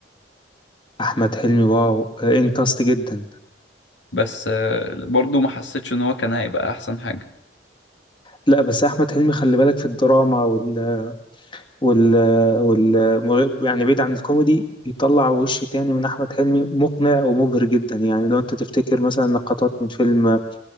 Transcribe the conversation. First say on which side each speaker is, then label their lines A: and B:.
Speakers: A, on the left; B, on the left.
A: احمد حلمي واو آه، انت قصت جدا
B: بس آه، برضو ما حسيتش ان هو كان هيبقى احسن حاجة
A: لا بس احمد حلمي خلي بالك في الدراما وال وال وال يعني بعيد عن الكوميدي بيطلع وش تاني من احمد حلمي مقنع ومبهر جدا يعني لو انت تفتكر مثلا لقطات من فيلم